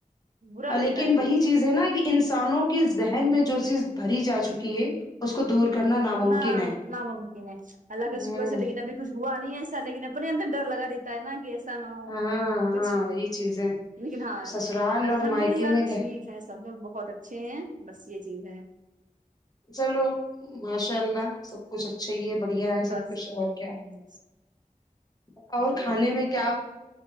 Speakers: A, on the right (about 65°); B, on the left (about 25°).
A: برا لگتا
B: لیکن
A: ہے
B: وہی چیز ہے نا کہ انسانوں کے ذہن میں جو چیز بھری جا چکی ہے اس کو دور کرنا ناممکن
A: نہ
B: ہے
A: ناممکن ہے اللہ کا
B: ہوں
A: شکر سے لیکن ابھی بس ہوا نہیں ہے ایسا لیکن اپنے اندر ڈر لگا رہتا ہے نا کے نہ ہو
B: ہاں
A: کچھ
B: ہاں وہی چیز ہے
A: لیکن ہاں
B: سسرال اور
A: الحمد
B: مائکے
A: للہ
B: میں
A: ٹھیک ہے سب لوگ بہت اچھے ہیں بس یہ چیز ہے
B: چلو ماشاء اللہ سب سب کچھ اچھا ہی ہے بڑھیا ہے
A: بس
B: سب کچھ
A: ہوں،
B: اور کیا ہے
A: بس
B: اور
A: ٹھیک
B: کھانے میں کیا